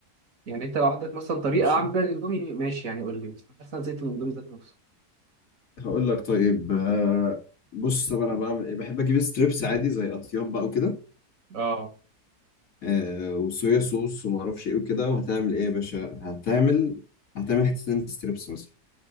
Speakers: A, on the right; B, on the left.
A: يعني انت لو عندك مثلا طريقه
B: ماشي
A: اعمل بيها الاندومي ماشي يعني قول لي بس حاسس ان انا زهقت من الاندومي ذات نفسه
B: هقول لك طيب آه بص طب انا بعمل ايه بحب اجيب ستريبس عادي زي اطياب بقى وكده
A: اه
B: آه وصويا صوص وما اعرفش ايه وكده وهتعمل ايه يا باشا هتعمل هتعمل حتتين ستريبس مثلا